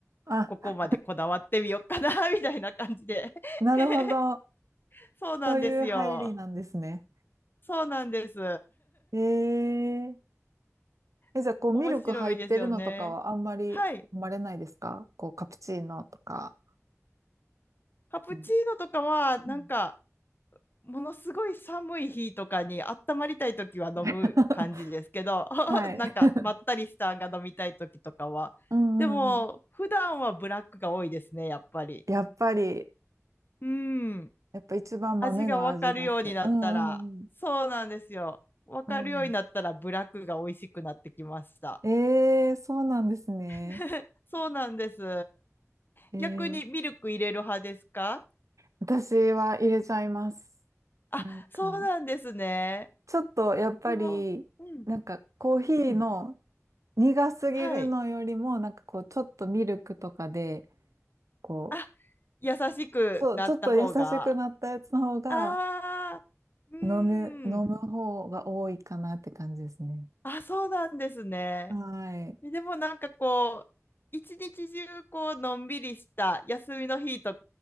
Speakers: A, on the right (about 75°); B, on the left (about 40°).
A: あ、
B: ー、ここまでこだわってみようかな、<laughs> みたいな感じで。
A: なるほど。
B: <laughs> そうなんですよ。
A: そういう入りなんですね。
B: そうなんです。
A: えー。え、じゃあ、
B: <laughs>
A: こう、
B: 面白いですよね。
A: ミルク入ってるのとかはあんまり飲まれないですかこう、
B: はい。
A: カプチーノとか。
B: カプチーノとかは、
A: うん
B: なんか、
A: うん
B: ものすごい寒い日とかに温まりたいときは飲む感じですけど
A: <laughs>
B: <laughs>
A: はい。
B: なんかまったりしたんが飲みたいときとかはでも普段はブラックが多いですねやっぱり
A: <laughs> うんうんうん。やっぱり、
B: うん
A: やっぱ一番豆の味があって。
B: 味が分かるようになったらそうなんですよ分かるようになったらブラックが美味しくなってきました
A: うんうんうん。うんえー、そうなんですね。
B: <laughs> そうなんです
A: えー、
B: 逆にミルク入れる派ですか
A: 私は入れちゃいます。
B: あそうなんですね
A: なんか、ちょっとやっぱり、
B: でもうん
A: なんかコーヒーの
B: うん
A: 苦すぎるのよりも、
B: はい
A: なんかこう、ちょっとミルクとかで、こう、
B: あ優しくなった方が、
A: そう、ちょっと優しくなったやつの方が
B: ああ、うー
A: 飲む、飲む方が多いかなって感じですね。
B: ん、あ、そうなんですね。
A: はい。
B: でもなんかこう、一日中こう、のんびりした休みの日と